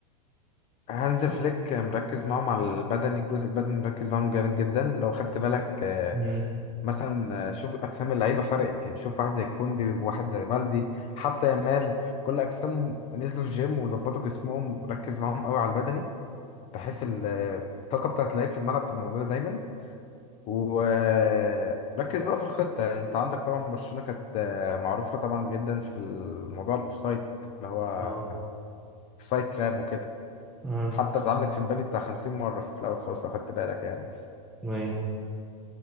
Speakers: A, on the left (about 35°); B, in the centre.
A: هانز فليك مركز معاهم على البدني الجزء البدني مركز معاهم جامد جدا لو خدت بالك آه،
B: مم.
A: مثلا آه، شوف أجسام اللعيبة فرقت يعني شوف واحد زي كوندي وواحد زي بالدي حتى يامال كل أجسام نزلوا الجيم وظبطوا جسمهم ركز معاهم قوي على البدني بحيث ال- الطاقة بتاعت اللعيب في الملعب تبقى موجودة دايما وركز بقى في الخطة انت عندك طبعا برشلونة كانت آه، معروفة طبعا جدا في الموضوع الاوفسايد اللي هو
B: اه
A: اوفسايد تراب وكده
B: اه
A: حتى اتعملت في مبابي بتاع 50 مرة في الأول خالص لو خدت بالك يعني
B: ايوه